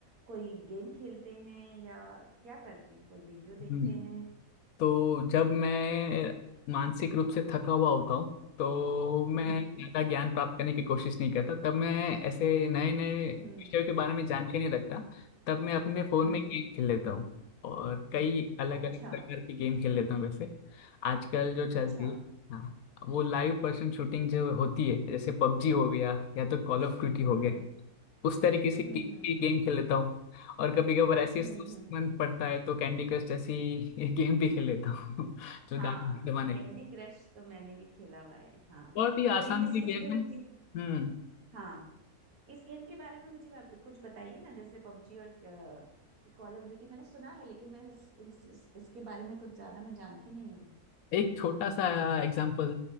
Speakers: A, on the right; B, on the left.
A: कोई गेम खेलते हैं या क्या करते हैं कोई वीडियो देखते
B: हम्म।
A: हैं
B: तो जब मैं मानसिक रूप से थका हुआ होता हूँ तो मैं
A: हम्म
B: ज्यादा ज्ञान प्राप्त करने की कोशिश नहीं करता तब मैं ऐसे नए नए विषयों
A: हम्म
B: के बारे में जानकारी नहीं रखता तब मैं अपने फोन
A: हम्म
B: में गेम खेल लेता हूँ और कई अलग
A: अच्छा
B: अलग प्रकार की गेम खेल लेता हूँ वैसे आजकल जो चलती
A: अच्छा
B: है हाँ वो लाइव पर्सन शूटिंग जो होती है जैसे पबजी हो गया या तो कॉल ऑफ ड्यूटी हो
A: हम्म
B: गया उस तरीके से के,
A: हम्म
B: के
A: हम्म हम्म
B: गेम खेल लेता हूँ और कभी कभार ऐसे
A: हम्म
B: सुस्त
A: हम्म
B: मन पड़ता है तो कैंडी क्रश जैसी ये गेम भी खेल लेता हूँ <laughs> जो
A: हाँ
B: दादी के जमाने
A: कैंडी
B: की
A: क्रश तो मैंने भी खेला हुआ है हाँ
B: बहुत ही आसान
A: तो इस
B: सी
A: इस
B: गेम
A: गेम
B: है हम्म
A: के हाँ इस गेम के बारे में मुझे ज्यादा- कुछ बताइए ना जैसे पबजी और कॉल ऑफ ड्यूटी मैंने सुना है लेकिन मैं इस, इस, इस, इसके बारे में कुछ ज्यादा मैं जानती नहीं हूँ
B: एक छोटा सा एग्जाम्पल